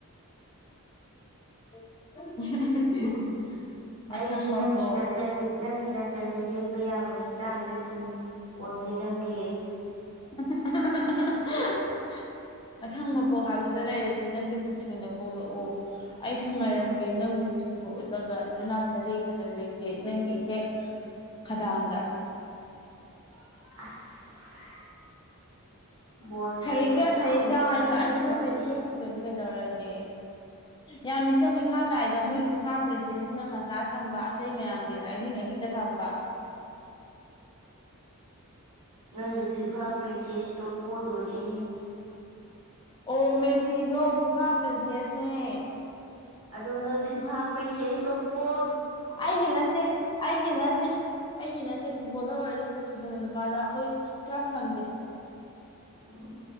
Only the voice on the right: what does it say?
ꯑꯩꯁꯨ
ꯅꯪꯒꯤ ꯅꯥꯀꯟ ꯅꯪꯒꯤ ꯅꯥꯀꯟꯗ ꯂꯦꯞꯄ ꯌꯥꯕꯒꯤ ꯆꯥꯡꯗ ꯑꯗꯨꯝ ꯋꯥꯡꯖꯔꯝꯒꯦ
ꯑꯁ ꯕꯣꯜ
ꯀꯣꯏ ꯂꯥꯎ
ꯂꯥꯎꯅꯔꯤ
ꯇꯧꯔꯤꯁꯦ
ꯅꯣꯏꯒꯤ ꯐꯤꯐꯥ ꯄ꯭ꯔꯤꯟꯁꯦꯁ ꯇꯣꯄꯣꯗꯣꯔꯦꯅꯦ
ꯑꯗꯣ ꯅꯣꯏ ꯐꯤꯐꯥ ꯄ꯭ꯔꯤꯟꯁꯦꯁꯇꯣ ꯄꯣ
ꯎꯝ